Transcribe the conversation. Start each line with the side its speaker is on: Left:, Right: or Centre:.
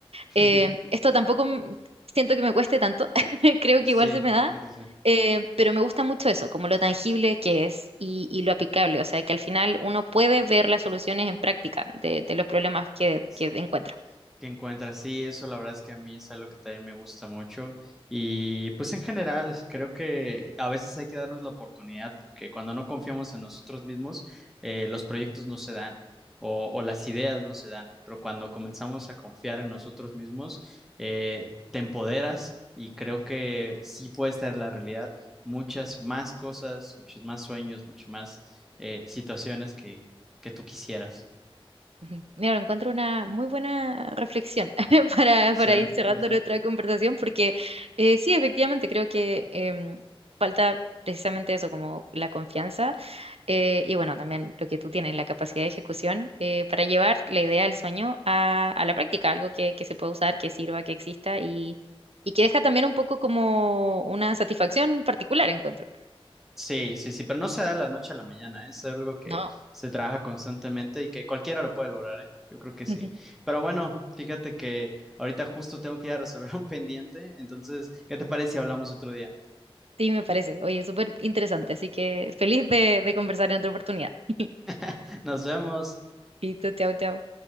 Centre: <laughs>
Right: eh, esto tampoco m- siento que me cueste tanto, <laughs> creo
Centre: Sí,
Right: que igual se me da,
Centre: sí, sí.
Right: eh, pero me gusta mucho eso, como lo tangible que es y, y lo aplicable, o sea, que al final uno puede ver las soluciones en práctica de, de los problemas que,
Centre: sí.
Right: que encuentra.
Centre: que encuentras. Sí, eso la verdad es que a mí es algo que también me gusta mucho. Y pues en general, creo que a veces hay que darnos la oportunidad, porque cuando no confiamos en nosotros mismos, eh, los proyectos no se dan o, o las ideas no se dan. Pero cuando comenzamos a confiar en nosotros mismos, eh, te empoderas y creo que sí puedes traer la realidad muchas más cosas, muchos más sueños, muchas más eh, situaciones que, que tú quisieras.
Right: Ujú. Mira, encuentro una muy buena reflexión <laughs> para,
Centre: Sí,
Right: para ir cerrando
Centre: sí, sí.
Right: nuestra conversación, porque eh, sí, efectivamente, creo que em, falta precisamente eso, como la confianza Eh, y bueno, también lo que tú tienes, la capacidad de ejecución eh, para llevar la idea del sueño a, a la práctica, algo que, que se pueda usar, que sirva, que exista y, y que deja también un poco como una satisfacción particular, encuentro.
Centre: Sí, sí, sí, pero no se da de la noche a la mañana, ¿eh? Es algo que
Right: No.
Centre: se trabaja constantemente y que cualquiera lo puede lograr, ¿eh? Yo creo que sí.
Right: Ujú.
Centre: Pero bueno, fíjate que ahorita justo tengo que ir a resolver <laughs> un pendiente, entonces, ¿qué te parece si hablamos otro día?
Right: Sí, me parece. Oye, súper interesante, así que feliz de, de conversar en otra oportunidad. <laughs>
Centre: <laughs> Nos vemos.
Right: Listo, chao, chao.